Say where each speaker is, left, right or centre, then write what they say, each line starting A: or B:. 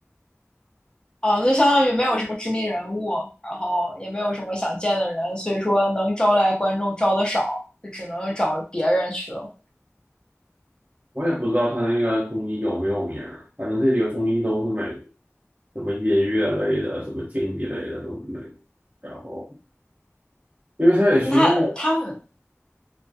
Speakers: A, on the left; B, on the right.
A: 啊，那就相当于没有什么知名人物，然后也没有什么想见的人，所以说能招来观众招的少，就只能找别人去了。
B: 我也不知道他那个综艺有没有名儿，反正这几个综艺都是美国什么音乐类的、什么竞技类的都是美国。然后，因为他也需要
A: 那他他们